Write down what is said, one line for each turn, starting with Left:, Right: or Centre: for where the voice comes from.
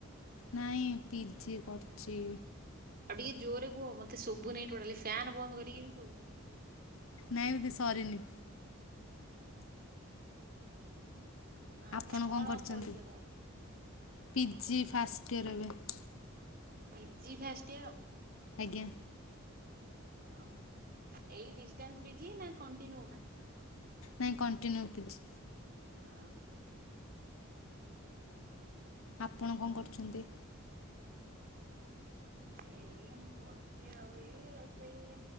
Left: ନାଇଁ ପିଜି କରୁଚି।
Right: ଆଉ ଟିକେ ଜୋରେ କୁହ ମତେ ଶୁଭୁନି ଟୋଟାଲି ଫ୍ୟାନ ବନ୍ଦ କରିକି ବି ଶୁଭୁନି।
Left: ନାଇଁ ବୋଧେ ସରିନି।
Right: ଆଉ
Left: ଆପଣ କଣ କରିଛନ୍ତି
Right: ପଢିଛ ତମେ?
Left: ପିଜି ଫାଷ୍ଟ୍ ଇୟର ଏବେ।
Right: PG first year.
Left: ଆଜ୍ଞା
Right: ଓହୋ ଏଇ ଡିଷ୍ଟାନ୍ସ୍ ପିଜି ନା କଣ୍ଟିନ୍ୟୁ ଟା?
Left: ନାଇଁ କଣ୍ଟିନ୍ୟୁ ପିଜି।
Right: ହଁ।
Left: ଆପଣ କଣ କରୁଚନ୍ତି?
Right: ଏଇ ମୁଁ ବସିଚି ଆଉ ଏଇ ରୋଷେଇ